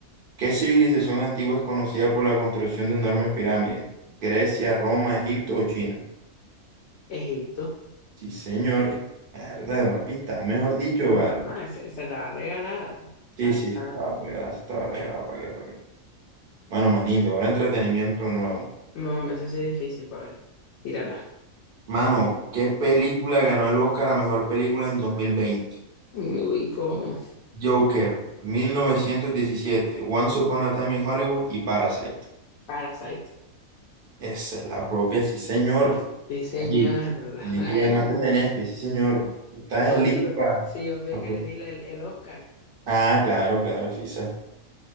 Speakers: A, on the right; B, on the left.
A: ¿Qué civilización antigua es conocida por la construcción de enormes pirámides? ¿Grecia, Roma, Egipto o China?
B: Egipto.
A: Sí, señor. Verdad, papi, está mejor dicho,
B: Ah,
A: vale.
B: ah, esa, esa la regalada. Sal,
A: Sí, sí,
B: sala.
A: se estaba regalada, se estaba regalada, ¿para qué, para qué? Bueno, manito, ahora entretenimiento nuevo.
B: No, hombre, eso sí es difícil, para ver. Tírala.
A: Mano, ¿qué película ganó el Oscar a mejor película en 2020?
B: Uy, ¿cómo?
A: Joker, 1917, Once Upon a Time in Hollywood y Parasite.
B: Parasite.
A: Esa es la propia, sí, señor.
B: Diseñarla.
A: Ey, tienen
B: <laughs>
A: que llamarte
B: Ay,
A: de Netflix, sí, señor. Tú estás
B: no,
A: listo
B: si yo,
A: para...
B: si yo fui
A: para
B: el que
A: pro-
B: les di la- el, el Oscar.
A: Ah, claro, claro, sí, esa.